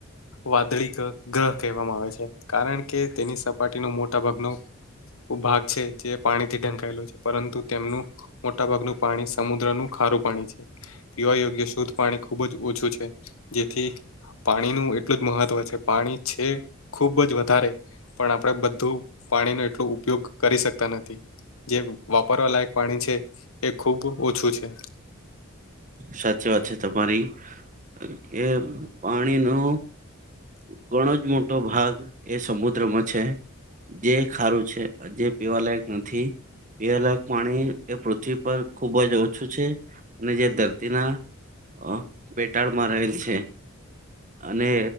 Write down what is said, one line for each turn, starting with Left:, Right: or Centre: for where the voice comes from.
Left: વાદળી ઘ ઘ કહેવામાં આવે છે, કારણ કે તેની સપાટીનો મોટ ટા ભાગ નું ઉ ભાગ છે જે પાણીથી ઢંકાયેલો છે, પરંતુ તેમનું મોટા ભાગનું પાણી સમુદ્રનું ખારું પાણી છે. પીવા યોગ્ય શુદ્ધ પાણી ખુબ જ ઓછું છે. જેથી પાણીનું એટલું જ મહત્વ છે. પાણી છે ખુબ જ વધારે પણ આપણે બધું પાણીનો એટલો ઉપયોગ કરી શકતા નથી. જે વાપરવા લાયક પાણી છે, એ ખુબ ઓછું છે.
Right: સાચી વાત છે તમારી, કે પાણી નો ઘણો જ મોટો ભાગ એ સમુદ્રમાં છે. જે ખારું છે, જે પીવાલાયક નથી. <unintelligible> પાણી એ પૃથ્વી પર ખુબ જ ઓછું છે. અને જે ધરતીના અહ પેટાળ માં રહેલ છે અને